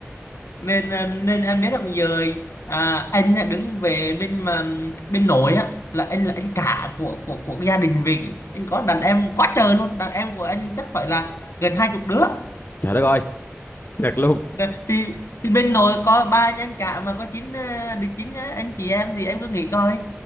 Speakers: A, on the left (about 85°); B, on the left (about 50°).
A: nên ờ, nên em biết rằng giờ à, anh á, đứng về bên mà bên nội á là anh là anh cả của của của gia đình vì anh có đàn em quá trời luôn đàn em của anh chắc phải là gần hai chục đứa
B: trời đất ơi, <laughs> thiệt luôn,
A: Nè, thì thì bên nội có ba anh anh cả mà có chín ờ, đi chín ờ, anh chị em thì em cứ nghĩ coi